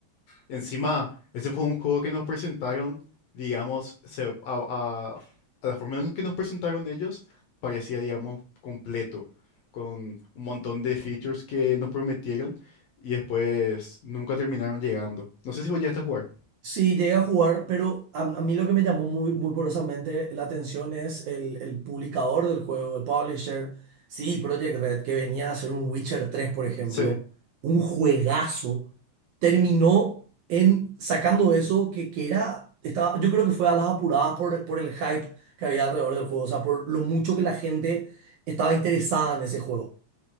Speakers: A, on the left; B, on the right.
A: Encima, ese fue un juego que nos presentaron, digamos, se- a, a- a la forma en que nos presentaron ellos, parecía, digamos, completo, con un montón de features que nos prometieron y después nunca terminaron llegando. No sé si vos llegaste a jugar.
B: Sí, llegué a jugar, pero a, a mí lo que me llamó muy, muy poderosamente la atención es el, el publicador del juego, el publisher. Sí, Project Red, que venía a hacer un Witcher tres, por ejemplo,
A: Sí.
B: un juegazo, terminó en sacando eso que, que era, estaba, yo creo que fue a las apuradas por, por el hype que había alrededor del juego, o sea, por lo mucho que la gente estaba interesada en ese juego.